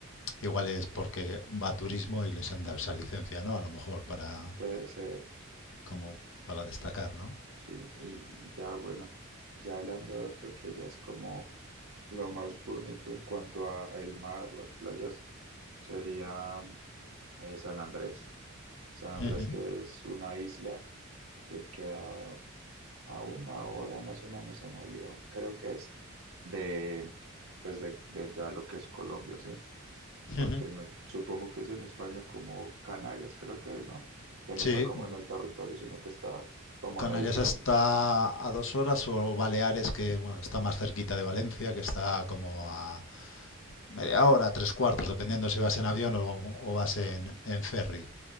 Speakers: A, on the left; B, on the right.
A: Igual es porque va a turismo y les han dado esa licencia, ¿no? A lo mejor
B: ¿no?
A: para,
B: Puede ser,
A: como
B: Ujú.
A: para destacar, ¿no?
B: sí. Y ya, bueno, ya hablando de otro que ya es como lo más bonito en cuanto a el mar, las playas, sería eh, San Andrés. San Andrés
A: Ujú,
B: que es una isla que queda a una hora más o menos en avión, creo que es, de, pues de, de ya lo que es Colombia, ¿sí?
A: ujú.
B: porque no- supongo que es en España como Canarias, creo que es, ¿no? Que no
A: Sí,
B: está como en el territorio, sino que está como
A: Canarias
B: la isla.
A: está a dos horas o Baleares, que bueno, está más cerquita de Valencia, que está como a media hora, tres cuartos, dependiendo si vas en avión o, o vas en, en ferry.